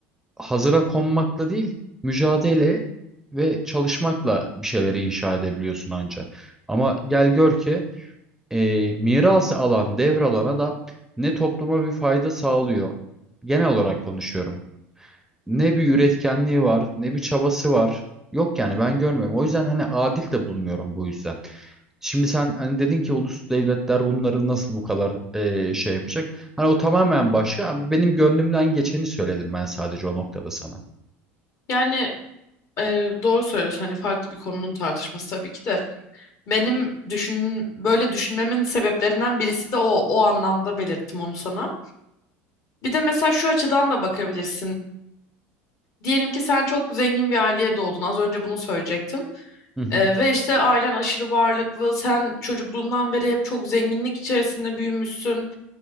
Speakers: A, in the centre; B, on the left.
A: hazıra konmakla değil, mücadele ve çalışmakla bir şeyleri inşa edebiliyorsun anca. Ama gel gör ki e, miras alan, devralan adam ne topluma bir fayda sağlıyor. Genel olarak konuşuyorum ne bir üretkenliği var, ne bir çabası var. Yok yani ben görmüyorum. O yüzden hani adil de bulmuyorum bu yüzden. Şimdi sen hani dedin ki ulus devletler bunları nasıl bu kadar eee, şey yapacak? Hani o tamamen başka. Abi benim gönlümden geçeni söyledim ben sadece o noktada sana.
B: Yani ee, doğru söylüyorsun. Hani farklı bir konunun tartışması tabii ki de. Benim düşün böyle düşünmemin sebeplerinden birisi de o o anlamda belirttim onu sana. Bir de mesela şu açıdan da bakabilirsin. Diyelim ki sen çok zengin bir aileye doğdun. Az önce bunu söyleyecektim.
A: Hı hı,
B: Ee, ve işte ailen aşırı varlıklı. Sen çocukluğundan beri hep çok zenginlik içerisinde büyümüşsün.